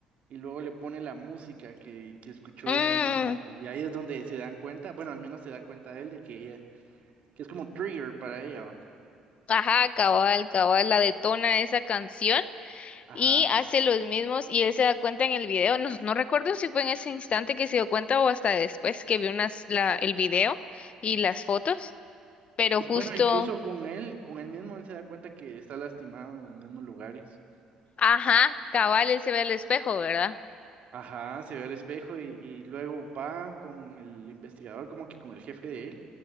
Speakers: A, on the right (about 60°); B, on the left (about 50°).
A: y luego le pone la música que, que escuchó
B: Mm,
A: ella en ese instante. Y ahí es donde se dan cuenta, bueno, al menos se da cuenta él de que ella, que es como un trigger para ella, ¿va?
B: ajá, cabal, cabal, la detona esa canción
A: Ajá.
B: y hace los mismos y él se da cuenta en el video, no, no recuerdo si fue en ese instante que se dio cuenta o hasta después que vio unas, la, el video y las fotos, pero
A: Y
B: justo,
A: bueno, incluso con él, con él mismo, él se da cuenta que está lastimado en los mismos lugares.
B: ajá, cabal, él se ve al espejo, ¿verdad?
A: Ajá, se ve al espejo y, y luego va con el investigador, como que con el jefe de él,